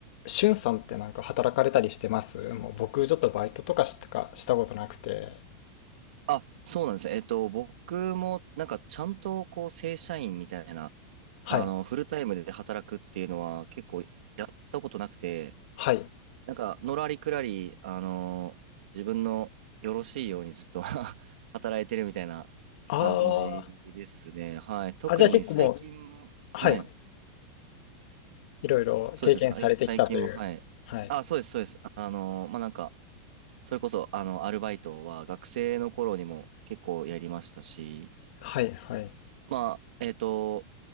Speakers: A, on the left; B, on the right.
A: しゅんさんってなんか働かれたりしてますもう僕ちょっとバイトとかしかしたことなくて。
B: あ、そうなんですね。えっと、僕も、なんか、ちゃんと、こう、正社員みたいな、
A: はい。
B: あの、フルタイムで働くっていうのは、結構、やったことなくて、
A: はい。
B: なんか、のらりくらり、あの、自分のよろしいようにずっと <laughs> 働いてるみたいな感じですね。
A: ああ。
B: はい。特に最近も、
A: あ、じゃあ結構もう、はい。
B: はい。
A: いろいろ経験されてきたという。
B: そうですね。最最近も、はい。
A: はい。
B: あ、そうです、そうです。あの、まあ、なんか、それこそ、あの、アルバイトは、学生の頃にも結構やりましたし、
A: はい、はい。
B: まあ、えっと、